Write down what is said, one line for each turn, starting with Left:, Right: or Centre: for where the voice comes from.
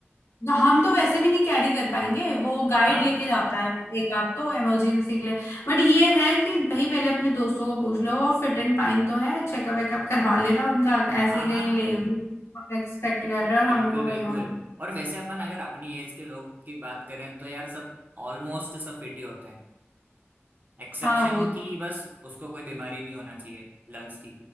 Left: तो हम तो वैसे भी नहीं कैरी कर पाएंगे वो गाइड
Right: हाँ
Left: लेके जाता है एक आध तो इमरजेंसी के लिए बट ये है कि भाई पहले अपने दोस्तों को पूछ लो वो फिट एंड फाइन तो है चेकअप वेकअप करवा लेना उनका ऐसे
Right: हाँ
Left: ही कहीं
Right: हाँ
Left: ले एक्सपेक्ट कर रहे हैं और
Right: बिल्कुल
Left: हम उनको
Right: बिल्कुल
Left: कहीं और
Right: और वैसे अपन अगर अपनी एज के लोग की बात करें तो यार सब ऑलमोस्ट सब फिट ही होते हैं एक्सेप्शन
Left: हाँ वो तो
Right: की बस उसको कोई बीमारी नहीं होना चाहिए लंग्स की